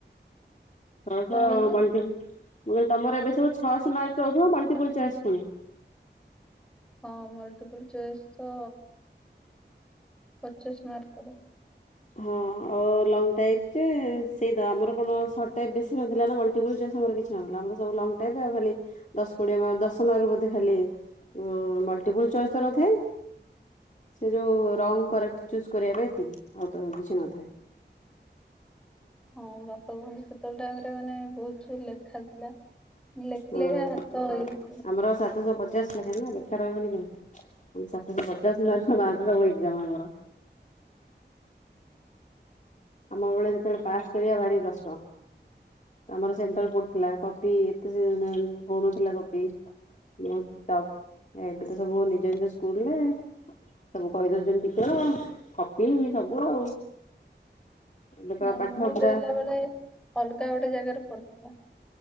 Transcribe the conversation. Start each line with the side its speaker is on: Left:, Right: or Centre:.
Left: ଛଅଶହ
Centre: କଣ କହିଲେ
Left: ମଲଟିକୁ। ମୁଁ କହିଲି ତମର ଏବେ ସବୁ ଛଅଶହ ମାର୍କ ରହିବ ମଲଟିପୁଲ ଚଏସ ପୁଣି।
Centre: ହଁ ମଲ୍ଟିପୁଲ ଚଏସ ତ ପଚାଶ ମାର୍କର।
Left: ହଁ ଆଉ ଲଙ୍ଗ ଟାଇପ ଯେ ସେଇ ଦ ଆମର। ନ ସଟ୍ ଟାଇପ୍ ବେଶି ନଥିଲା ନା ମଲ୍ଟିପଲ ଚଏସ ଆମର କିଛି ନଥିଲା ଆମର ସବୁ ଲଙ୍ଗ ଟାଇପ୍ ଆଉ ଖାଲି ଦଶ କୋଡିଏ ମାର୍କ ଦଶ ଦଶ ମାର୍କ ବୋଧେ ଖାଲି ଉଁ ମଲଟିପୁଲ ଚଏସ୍ ନଥାଏ। ସେ ଯୋଉ ରଙ୍ଗ କରେକ୍ଟ ଚୁଜ କରିବା ପାଇଁ ଏତିକି। ଆଉ ତ କିଛି ନଥାଏ।
Centre: ହଁ ବାପା କୁହନ୍ତି ସେତେବେଳେ ଟାଇମରେ ମାନେ ବହୁତ ବି ଲେଖା ଥିଲା। ଲେଖି
Left: ହଁ
Centre: ଲେଖା ହାତ ଇଏ
Left: ଆ
Centre: ହେଇଯିବ।
Left: ଆମର ସାତଶହ ପଚାଶ ଲେଖାଏ ନୁହ କି। ଖା ରହିବନି କେମିତି ଉଁ ସାତ ଶହ ପଚାଶ ମାର୍କ ମାର୍କ ର ସବୁ ଏକ୍ଜାମ ଆମର। <inaudible> ଆମ ବେଳେ ସେତେବେଳେ ପାସ୍ କରିବା ଭାରି କଷ୍ଟ। ଆମର ସେଣ୍ଟର ପଡୁଥିଲା କପି ଏତେ <unintelligible> ହଉନଥିଲା କପି। ବହୁତ ଟପ ଏବେ ତ ସବୁ ନିଜ ନିଜ ସ୍କୁଲରେ। ସବୁ କହିଦଉଛନ୍ତି ଟିଚର କପି ବି ସବୁ ଆଉ। ଏବେକା
Centre: ନା
Left: ପାଠ
Centre: ମୁଁ
Left: ପୁରା
Centre: ଦେଲା ବେଳେ ଅଲଗା ଗୋଟେ ଜାଗାରେ ପଡିଥିଲା।